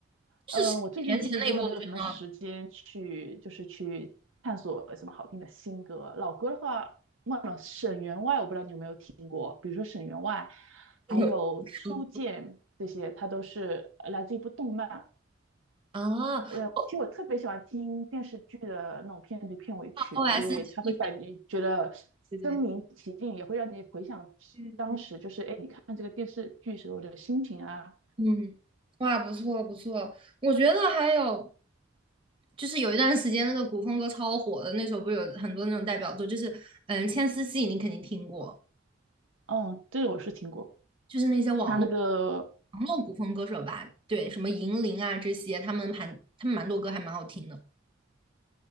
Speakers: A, on the right; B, on the right.
A: 就是十几年前那一部，
B: 嗯、我最近其实真的没有什么时间去，
A: 我觉得很好
B: 就是去探索什么好听的新歌。老歌的话，沈员外我不知道你有没有听过，比如说沈员外，
A: 听。
B: 还有初见这些，
A: 有歌
B: 它都是呃来自一部动漫，
A: 啊，
B: 呃，
A: 哦我
B: 其实我特别喜欢听电视剧的那种片头片尾曲，
A: OST，
B: 因为它会感觉觉得
A: 对对对
B: 身临其境，也会让你回想当时就是哎，
A: 对对。
B: 你看这个电视剧时候的心情啊。
A: 嗯，哇，不错不错，我觉得还有就是有一段时间那个古风歌超火的，那时候不是有很多那种代表作，就是嗯，《牵丝戏》你肯定听过，
B: 嗯，这个我是听过。
A: 就是那些网络
B: 它那个
A: 网络古风歌手吧，对，什么银铃啊这些，他们还他们蛮多歌还蛮好听的，